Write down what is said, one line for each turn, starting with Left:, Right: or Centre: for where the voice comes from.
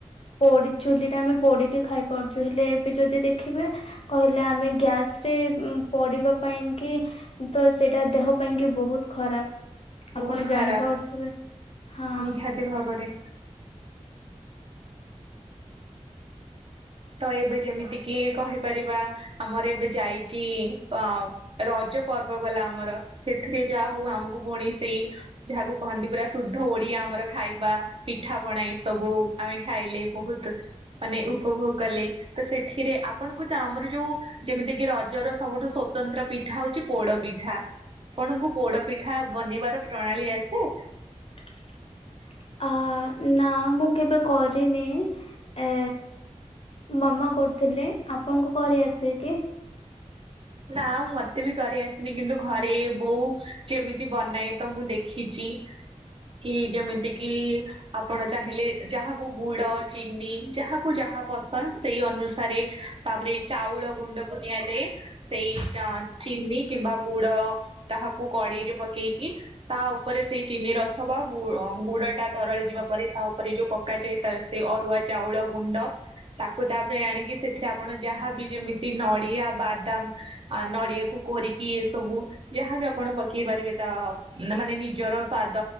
Left: ପୋଡି ଚୁଲି ରେ ଆମେ ପୋଡିକି ଖାଇପାରୁଛୁ ହେଲେ ଏବେ ଯଦି ଦେଖିବେ କହିଲେ ଆମେ ଗ୍ୟାସ୍ ସେ ପଢିବା ପାଇଁ କି ତ ସେଇଟା ଦେହ ପାଇଁ କି ବହୁତ ଖରାପ୍।
Right: ବହୁତ
Left: ଆପଣ
Right: ଖରାପ
Left: ଜାଣିପାରୁଥିବେ। ହଁ
Right: ନିହାତି ଭାବରେ। ତ ଏବେ ଯେମିତି କିି କହିପାରିବା ଆମର ଏବେ ଯାଇଚି ଅ ରଜ ପର୍ବ ଗଲା ଆମର ସେଥିରେ ଯାହା ହଉ ଆମକୁ ପୁଣି ସେଇ ଯାହାକୁ କହନ୍ତି ପୁରା ଶୁଦ୍ଧ ଓଡିଆ ଆମର ଖାଇବା ପିଠା ପଣା ଏ ସବୁ ଆମେ ଖାଇଲେ ବହୁତ ମାନେ ଉପଭୋଗ କଲେ ତ ସେଥିରେ ଆପଣଙ୍କୁ ତ ଆମର ଯୋଉ ଯେମିତି କିି ରଜର ସବୁଠୁ ସ୍ଵତନ୍ତ୍ର ପିଠା ହଉଛି ପୋଡ ପିଠା। ଆପଣଙ୍କୁ ପୋଡ ପିଠା ବନେଇବାର ପ୍ରଣାଳୀ ଆସେ?
Left: <inaudible> ଅ ନା ମୁଁ କେବେ କରିନି ଏ ମାମା କରୁଥିଲେ ଆପଣଙ୍କୁ କରିଆସେ କି?
Right: ନା ମତେ ବି କରି ଆସିନି କିନ୍ତୁ ଘରେ ବୋଉ ଯେମିତି ବନାଏ ତ ମୁଁ ଦେଖିଚି। କି ଯେମିତି କିି ଆପଣ ଚାହିଁଲେ ଯାହାକୁ ଗୁଡ ଚିନି ଯାହାକୁ ଯାହା ପସନ୍ଦ ସେଇ ଅନୁସାରେ ତାପରେ ଚାଉଳ ଗୁଣ୍ଡକୁ ନିଆଯାଏ। ସେଇ ଚିନି କିମ୍ବା ଗୁଡ ତାହାକୁ କଡେଇରେ ପକେଇକି ତା ଉପରେ ସେଇ ଚିନି ରସ ବା ଗୁଡ ଟା ତରଳି ଯିବା ପରେ ତା ଉପରେ ଯୋଉ କ ପକାଯାଇଥାଏ ସେ ଅରୁଆ ଚାଉଳ ଗୁଣ୍ଡ। ତାକୁ ତାପରେ ଆଣିକି ସେଥିରେ ଆପଣ ଯାହାବି ଯେମିତି ନଡିଆ ବାଦାମ। ଆ ନଡ଼ିଆକୁ କୋରିକି ସବୁ ଯାହାବି ଆପଣ ପକେଇ ପାରିବେ ତା ନା ମାନେ ନିଜର ସ୍ଵାଦ